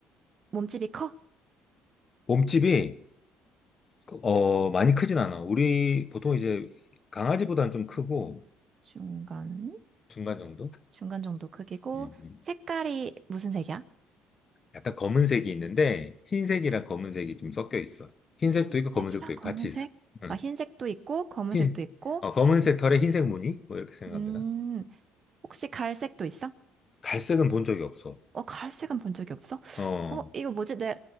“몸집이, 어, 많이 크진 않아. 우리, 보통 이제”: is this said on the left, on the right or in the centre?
Left